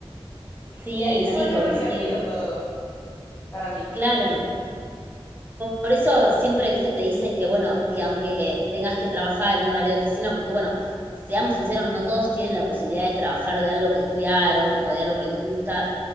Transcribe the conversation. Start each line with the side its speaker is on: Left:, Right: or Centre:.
Right: Sí,
Left: Y ahí se
Right: sí,
Left: vuelve
Right: coincido.
Left: más divertido todo, para mí.
Right: Claro, Por eso siempre, viste, te dicen que, bueno, que aunque tengas que trabajar en un área de oficina, porque, bueno, seamos sinceros, no todos tienen la posibilidad de trabajar de algo que estudiaron o de algo que les gusta